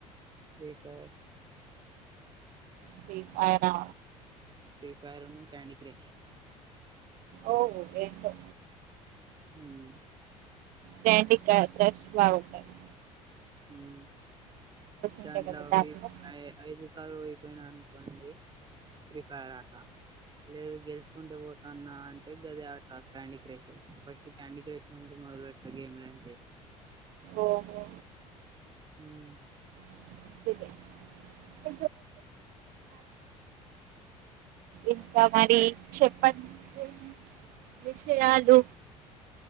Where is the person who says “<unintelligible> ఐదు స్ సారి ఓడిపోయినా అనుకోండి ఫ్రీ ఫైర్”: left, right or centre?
Right